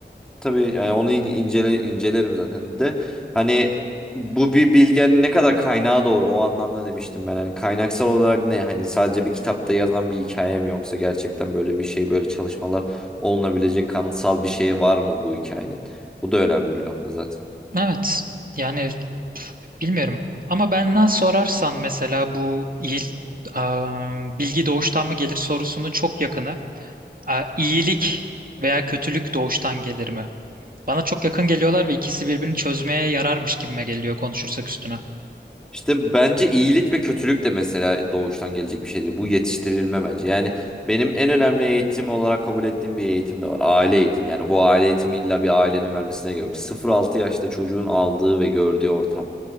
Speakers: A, in the centre; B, on the right (about 50°).
A: Tabii yani onu in- incele, incelerim zaten de. Hani bu bir bilgenin ne kadar kaynağı doğru o anlamda demiştim ben. Hani kaynaksal olarak ne? Hani sadece bir kitapta yazan bir hikaye mi yoksa gerçekten böyle bir şey böyle çalışmalar olunabilecek kanıtsal bir şey var mı bu hikayenin? Bu da önemli bir nokta zaten.
B: Evet. Yani Bilmiyorum. Ama benden sorarsan mesela bu il, aa, bilgi doğuştan mı gelir sorusunun çok yakını. Aa, iyilik veya kötülük doğuştan gelir mi? Bana çok yakın geliyorlar ve ikisi birbirini çözmeye yararmış gibime geliyor konuşursak üstüne.
A: İşte bence iyilik ve kötülük de mesela doğuştan gelecek bir şey değil. Bu yetiştirilme bence. Yani benim en önemli eğitim olarak kabul ettiğim bir eğitim de var. Aile eğitimi. Yani bu aile eğitimi illa bir ailenin vermesine gerek yok. 0-6 yaşta çocuğun aldığı ve gördüğü ortam.